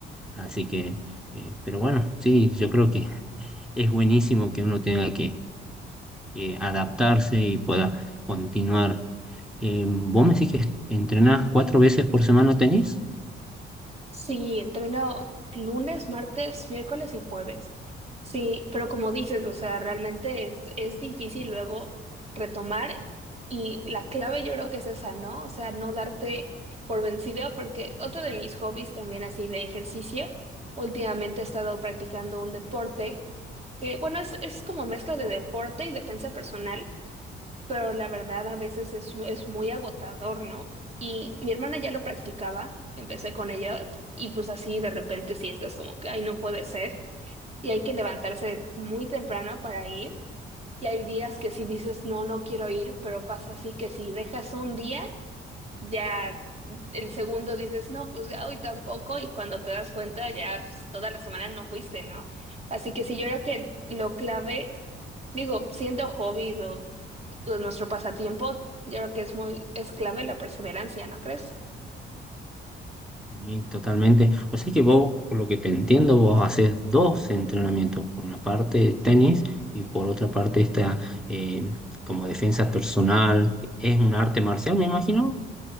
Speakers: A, in the centre; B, on the right.
A: Así que, eh, pero bueno, sí, yo creo que es buenísimo que uno tenga que eh, adaptarse y pueda continuar. Eh, ¿vos me decís que entrenás cuatro veces por semana tenis?
B: Sí, entreno lunes, martes, miércoles y jueves. Sí, pero como dices, o sea, realmente es, es difícil luego retomar y la clave yo creo que es esa, ¿no? O sea, no darte por vencido porque otro de mis hobbies también así de ejercicio, últimamente he estado practicando un deporte que, bueno, es, es como mezcla de deporte y defensa personal pero la verdad a veces es, es muy agotador, ¿no? Y mi hermana ya lo practicaba, empecé con ella y pues así de repente sí estás como que, ay, no puede ser. Y hay que levantarse muy temprano para ir. Y hay días que sí dices, no, no quiero ir, pero pasa así que si dejas un día, ya el segundo dices, no, pues ya hoy tampoco. Y cuando te das cuenta, ya pues, toda la semana no fuiste, ¿no? Así que sí, yo creo que lo clave, digo, siendo hobby de nuestro pasatiempo, yo creo que es muy, es clave la perseverancia, ¿no crees?
A: Sí, totalmente. O sea que vos, por lo que te entiendo, vos haces dos entrenamientos, por una parte tenis y por otra parte esta eh, como defensa personal. Es un arte marcial, me imagino.